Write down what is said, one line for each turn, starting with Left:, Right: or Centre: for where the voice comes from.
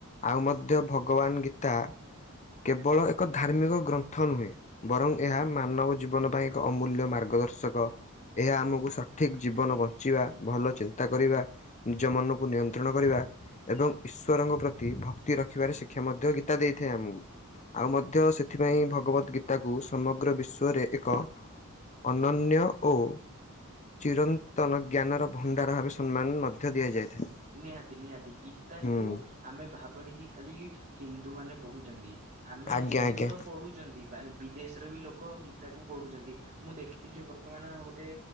Left: ଆଉ ମଧ୍ୟ ଭଗବାନ ଗୀତା, କେବଳ ଏକ ଧାର୍ମିକ ଗ୍ରନ୍ଥ ନୁହେଁ। ବରଂ ଏହା ମାନବ ଜୀବନ ପାଇଁ ଏକ ଅମୂଲ୍ୟ ମାର୍ଗଦର୍ଶକ। ଏହା ଆମକୁ ସଠିକ୍ ଜୀବନ ବଞ୍ଚିବା, ଭଲ ଚିନ୍ତା କରିବା ନିଜ ମନକୁ ନିୟନ୍ତ୍ରଣ କରିବା। ଏବଂ ଈଶ୍ୱରଙ୍କ ପ୍ରତି ଭକ୍ତି ରଖିବାରେ ଶିକ୍ଷା ମଧ୍ୟ ଗୀତା ଦେଇଥାଏ ଆମକୁ। ଆଉ ମଧ୍ୟ ସେଥିପାଇଁ ଭଗବତ୍ ଗୀତ୍ ତାକୁ ସମଗ୍ର ବିଶ୍ୱରେ ଏକ ଅନ୍ନନ୍ୟ ଓ ଚିରନ୍ତନ ଜ୍ଞାନର ଭଣ୍ଡାର ଭାବେ ସମ୍ମାନ ମଧ୍ୟ ଦିଆଯାଇଥାଏ।
Right: ନିହାତି ନିହାତି ଗୀତାଙ୍କୁ
Left: ହୁଁ
Right: ଆମେ ଭାବନି କି ଖାଲି ହିନ୍ଦୁମାନେ ପଢ଼ୁଛନ୍ତି। ଆମେ
Left: ଆଜ୍ଞା
Right: ହିନ୍ଦୁ
Left: ଆଜ୍ଞା
Right: ତ ପଢ଼ୁଛନ୍ତି ମାନେ ବିଦେଶର ବି ଲୋକ ଗୀତାକୁ ପଢ଼ୁଛନ୍ତି। ମୁଁ ଦେଖିଥିଲି ବର୍ତ୍ତମାନ ଗୋଟେ